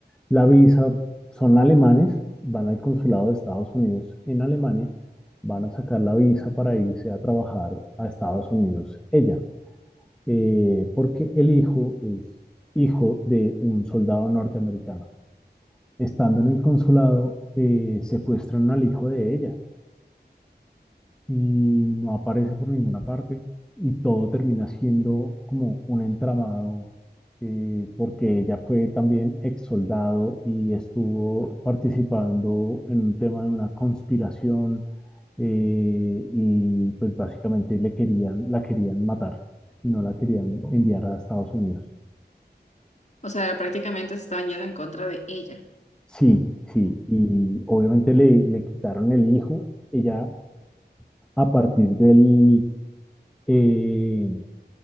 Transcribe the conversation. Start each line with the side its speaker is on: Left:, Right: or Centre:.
Centre: la visa. Son alemanes, van al consulado de Estados Unidos en Alemania, van a sacar la visa para irse a trabajar a Estados Unidos ella, eh, porque el hijo es hijo de un soldado norteamericano. Estando en el consulado, eh, secuestran al hijo de ella y no aparece por ninguna parte y todo termina siendo como un entramado eh, porque ella fue también ex soldado y estuvo participando en un tema de una conspiración eh, y pues básicamente le querían, la querían matar y no la querían enviar a Estados Unidos.
Left: O sea, prácticamente se estaban yendo en contra de ella.
Centre: Sí, sí, y obviamente le, le quitaron el hijo. Ella a partir del, eh,